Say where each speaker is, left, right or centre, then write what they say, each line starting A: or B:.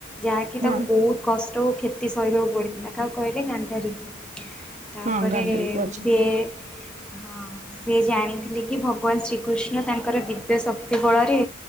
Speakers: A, in the centre; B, on the right.
A: ଯାହାକି
B: ହଁ
A: ତାକୁ ବହୁତ କଷ୍ଟହଉ କ୍ଷତି ସହିବାକୁ ପଡ଼ିଥିଲା କାହାକୁ କହିଲେ ଗାନ୍ଧାରୀଙ୍କୁ। ତାପରେ
B: ହଁ ଗାନ୍ଧାରୀ ପୁଅ ଅଛି
A: ସିଏ ହଁ ସିଏ ଜାଣିଥିଲେ କି ଭଗବାନ ଶ୍ରୀ କୃଷ୍ଣ ତାଙ୍କର ଦିବ୍ୟ ଶକ୍ତି ବଳରେ